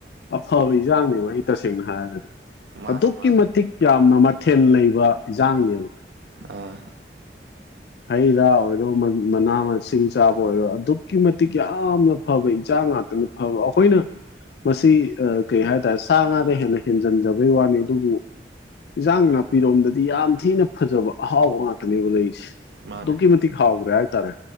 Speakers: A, on the left; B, on the right.
A: ꯑꯐꯕ ꯏꯟꯖꯥꯡꯅꯦꯕ ꯑꯩ ꯇꯁꯦꯡꯅ ꯍꯥꯏꯔꯒꯗꯤ
B: ꯃꯥꯅꯦ
A: ꯑꯗꯨꯛꯀꯤ
B: ꯃꯥꯅꯦ
A: ꯃꯇꯤꯛ ꯌꯥꯝꯅ ꯃꯊꯦꯜ ꯂꯩꯕ ꯏꯟꯖꯥꯡꯅꯦꯕ
B: ꯑꯥ
A: ꯍꯩ ꯔꯥ ꯑꯣꯏꯔꯣ ꯃꯅꯥ ꯃꯁꯤꯡ ꯆꯥꯕ ꯑꯣꯏꯔꯣ ꯑꯗꯨꯛꯀꯤ ꯃꯇꯤꯛ ꯌꯥꯝꯅ ꯐꯕ ꯏꯟꯖꯥꯡ ꯉꯥꯛꯇꯅꯤ ꯍꯥꯎꯕ ꯑꯈꯣꯏꯅ ꯃꯁꯤ ꯀꯩ ꯍꯥꯏꯇꯥꯔꯦ ꯁꯥ ꯉꯥꯗꯩ ꯍꯦꯟꯅ ꯍꯦꯟꯖꯟꯖꯕꯩ ꯋꯥꯅꯤ ꯑꯗꯨꯕꯨ ꯏꯟꯁꯥꯡ ꯅꯥꯄꯤꯔꯣꯝꯗꯗꯤ ꯌꯥꯝ ꯊꯤꯅ ꯐꯖꯕ ꯑꯍꯥꯎꯕ ꯉꯥꯛꯇꯅꯦꯕ ꯂꯩꯔꯤꯁꯦ
B: ꯃꯥꯅꯦ
A: ꯗꯨꯛꯀꯤ ꯃꯇꯤꯛ ꯍꯥꯎꯈꯔꯦ ꯍꯥꯏ ꯇꯔꯦ